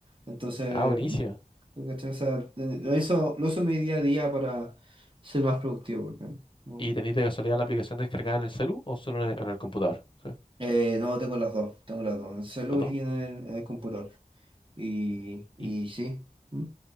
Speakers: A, on the right; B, on the left.
A: Entonces,
B: Ah, buenísima.
A: ¿no? ¿cachai? O sea, de- lo uso, lo uso en mi día a día para ser más productivo, porque no,
B: ¿Y tenéis de casualidad la aplicación descargada en el celu o solo en el, en el computador? Sí,
A: Eh, no, tengo las dos, tengo las dos, en el celu
B: Los dos.
A: y en el, en el computador. Y, y
B: ¿Y,
A: sí. ¿Mm?